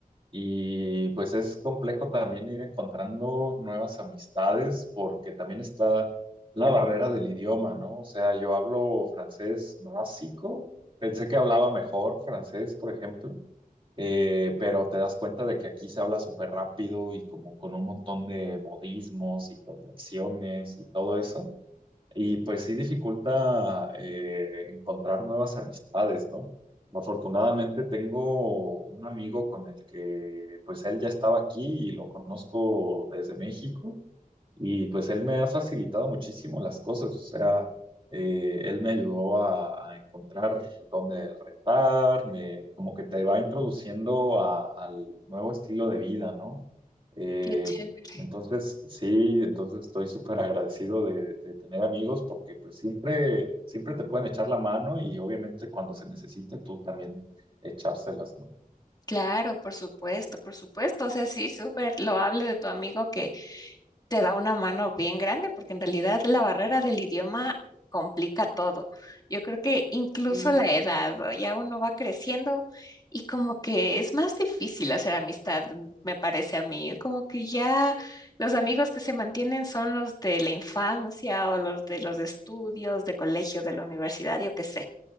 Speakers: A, on the right; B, on the left.
A: Y pues es complejo también ir encontrando nuevas amistades porque también está la barrera del idioma, ¿no? O sea, yo hablo francés básico, pensé que hablaba mejor francés, por ejemplo, eh, pero te das cuenta de que aquí se habla súper rápido y como con un montón de modismos y contracciones y todo eso. Y pues sí dificulta eh, encontrar nuevas amistades, ¿no? Afortunadamente tengo un amigo con el que pues él ya estaba aquí y lo conozco desde México y pues él me ha facilitado muchísimo las cosas, o sea, eh, él me ayudó a, a encontrar dónde rentar, me, como que te va introduciendo a- al nuevo estilo de vida, ¿no? Eh,
B: Qué chévere.
A: entonces, sí, entonces estoy súper agradecido de, de tener amigos porque pues siempre, siempre te pueden echar la mano y obviamente cuando se necesite tú también echárselas, ¿no?
B: Claro, por supuesto, por supuesto. O sea, sí, súper loable de tu amigo que te da una mano bien grande, porque en realidad la barrera del idioma complica todo. Yo creo que incluso
A: Sí,
B: la edad, o ya uno va creciendo y como que es más difícil hacer amistad, m- me parece a mí. Como que ya los amigos que se mantienen son los de la infancia o los de los estudios, de colegio, de la universidad, yo qué sé.